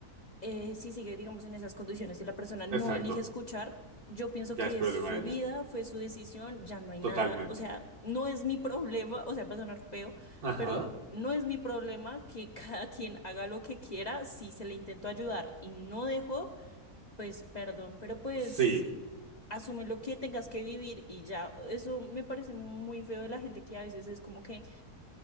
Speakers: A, on the left; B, on the right.
A: eh, si sigue, digamos, en esas condiciones y la persona no
B: exacto.
A: elige escuchar, yo pienso
B: Ya
A: que
B: es
A: es
B: problema
A: su
B: de ella.
A: vida, fue su decisión, ya no hay
B: Totalmente.
A: nada, o sea, no es mi <laughs> problema, o sea, va a sonar feo,
B: Ajá,
A: pero no es mi problema que <laughs> cada quien haga lo que quiera, si se le intentó ayudar y no dejó, pues perdón, pero pues
B: sí,
A: asume lo que tengas que vivir y ya, eso me parece muy feo de la gente que a veces es como que...